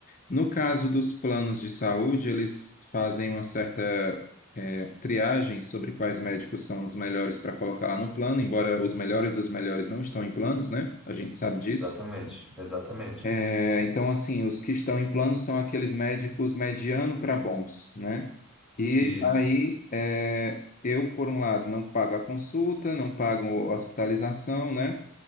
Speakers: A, on the left (about 40°); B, in the centre.
A: No caso dos planos de saúde, eles fazem uma certa eh, triagem sobre quais médicos são os melhores para colocar lá no plano, embora os melhores dos melhores não estão em planos, né? A gente sabe disso.
B: Exatamente, exatamente.
A: É, então, assim, os que estão em plano são aqueles médicos mediano para bons, né? E
B: Isso,
A: aí, é, eu, por um lado, não pago a consulta, não pago hospitalização, né?